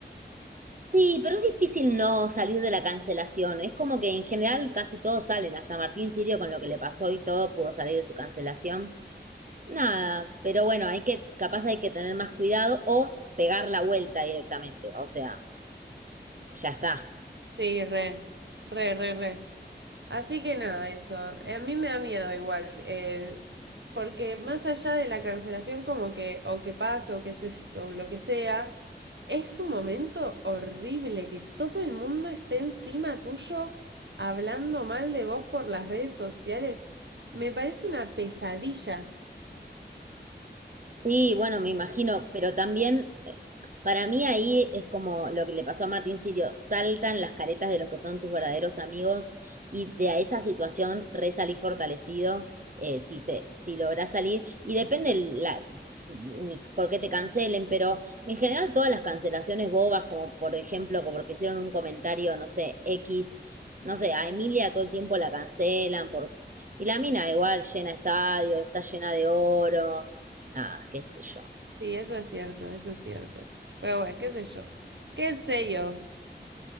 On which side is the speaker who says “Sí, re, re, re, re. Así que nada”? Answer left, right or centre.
Right